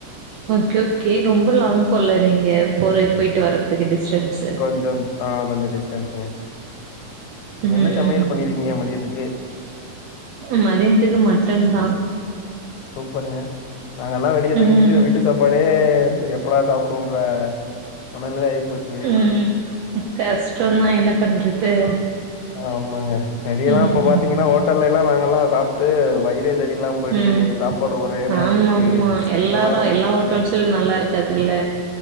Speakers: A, on the right (about 70°); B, on the left (about 75°).
A: ஓகே ஓகே ரொம்ப லாங் போல நீங்க போறது போயிட்டு வர்றதுக்கு டிஸ்டன்ஸ்சு
B: கொஞ்சம் ஆ கொஞ்ச டிஸ்டன்ஸுங்க
A: ம்
B: என்ன சமையல் பண்ணிருக்கீங்க மதியத்துக்கு
A: ம் மதியத்துக்கு மட்டன் தா
B: சூப்பருங்க நாங்கல்லா வெளிய தங்கிட்டு
A: ம்
B: வீட்டு சாப்பாடே எப் எப்படா சாப்புடுவோன்ற மனநிலை ஆயிப் போச்சி
A: ம் கஷ்ட்டொந்தா என்ன பண்றது
B: ஆமாங்க நடியெல்லாம்
A: ம்ஹ்ம்
B: இப்ப பாத்தீங்கன்னா ஹோட்டல்ல எல்லா நாங்கல்லா சாப்ட்டு வையிரு எ சரியில்லாம் போய்டுது
A: ம்.
B: சாப்பாடு ஒரே மாரி
A: ஆமாமா.
B: இருக்கு
A: எல்லாரு
B: இப்பல்லா
A: எல்லா
B: கூட்லோ
A: ஹோட்டல்ஸ்லயு நல்லா இருக்காதுல்ல.